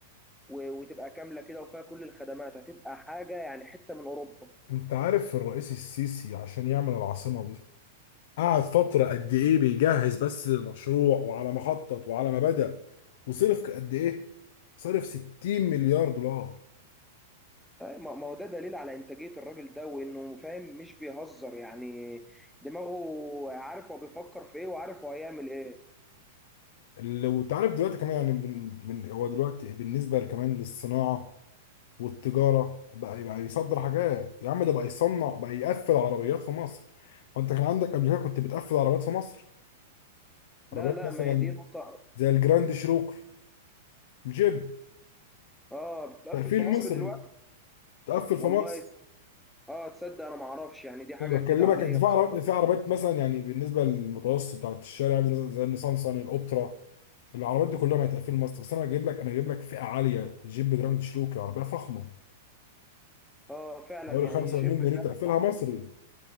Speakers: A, in the centre; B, on the left.
A: و... وتبقى كاملة كده وفيها كل الخدمات هتبقى حاجة يعني حتة من أوروبا
B: انت عارف الرئيس السيسي عشان يعمل العاصمة دي قعد فترة قد ايه بيجهز بس للمشروع وعلى ما خطط وعلى ما بدأ وصرف قد ايه؟ صرف 60 مليار دولار
A: أي، ما ما هو ده دليل على انتاجيه الراجل ده وانه فاهم مش بيهزر يعني دماغه عارف هو بيفكر في ايه وعارف هو هيعمل ايه
B: اللي وانت عارف دلوقتي كمان يعني من من هو دلوقتي بالنسبة كمان للصناعة والتجارة بقى بقى يصدر حاجات يا عم ده بقى يصنع بقى يقفل عربيات في مصر وانت كان عندك قبل كده كنت بتقفل عربيات في مصر عربيات
A: لا لا
B: مثلا
A: ما هي دي نقطه
B: زي الجراند شروقي الجيب
A: اه بتقفل
B: تقفيل
A: في مصر
B: مصري
A: دلوقتي
B: تقفل في
A: والله
B: مصر
A: يس- اه تصدق انا ما اعرفش يعني دي حاجه
B: أنا بكلمك
A: جديده عليا
B: انت في
A: بصراحه
B: عربيات في عربيات مثلا يعني بالنسبه للمتوسط بتاعت الشارع يعني مثلا زي النيسان صاني الاوبترا العربيات دي كلها ما هتقفل مصر بس انا هجيب لك انا هجيب لك فئه عاليه جيب جراند شروكي عربيه فخمه
A: اه فعلا
B: حوالي
A: يعني
B: 5
A: جيب
B: مليون
A: فعلا
B: جنيه تقفلها مصري